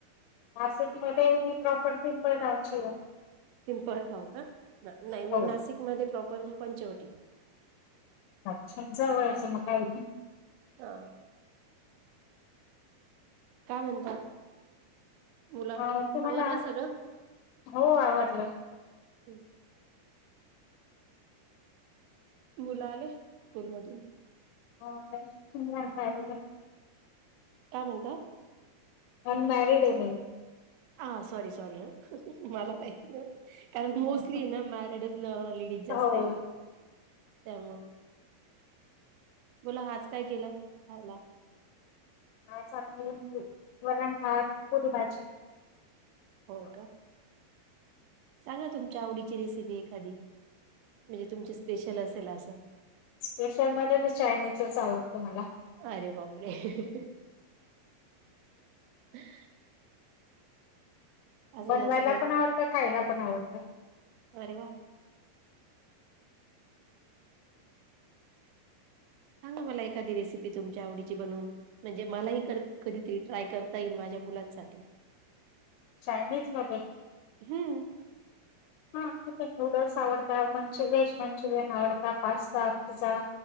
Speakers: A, on the left (about 85°); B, on the right (about 80°).
A: आारसेट मध्ये मी प्रॉपर्टी प राची
B: सिमपल पाऊ का नाही मी
A: हो
B: नाशिकमध्ये प्रॉपर पंचवटी,
A: अच्छा जवळचं मग काय
B: हा, काय म्हणता? मुलं
A: अ तु मला
B: आवरलं सगळं
A: हो आवडलं
B: होम्, मुला आले स्कूलमधून,
A: हो,
B: काय म्हणता?
A: नन मॅरीड आहे मि
B: ह सॉरी-सॉरी मला मैंती नै. कारण
A: बरं.
B: मोस्टली ना मॅरड जास्त
A: हो
B: आहे, त्यामुळे बोला आज काय केलं खयला
A: ह स् वरण भात, पुरी बाजी <inaudible>
B: हो का? सांगा तुमच्या आवडीची रेसिपी एखादी म्हणजे तुमची स्पेशल असेल असं
A: स्पेशल मध्ये तर चायनीजच आवडतं मला,
B: अरे <inaudible> असंच
A: बनवायला
B: असतं.
A: पण आवडतं खायला पण आवडत
B: अरे वाह! ह, मला एखादि रेसिपी तुमच्या आवडीच बून म्हणजे मला कधीरी ट्रय करता येईल माझ्या मुलां साठी <inaudible>
A: चयनीज मध्ये,
B: हं,
A: हां किथ नूडल्स आवडत मंच वेज मंचुरियन आवड पास्ता पिझ्झा